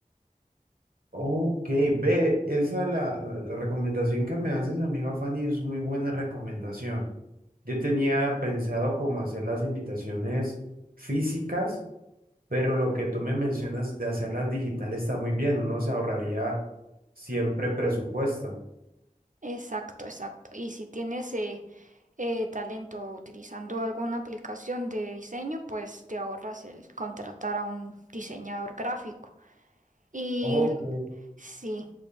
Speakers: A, on the right; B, on the right.
A: Ok, ve, esa la, la, la recomendación que me haces, amiga Fanny, es muy buena recomendación. Yo tenía pensado cómo hacer las invitaciones físicas, pero lo que tú me mencionas de hacerlas digitales está muy bien, uno se ahorraría siempre presupuesto.
B: Exacto, exacto. Y si tienes eh, eh, talento utilizando alguna aplicación de diseño, pues te ahorras el contratar a un diseñador gráfico. Y
A: Ok,
B: sí,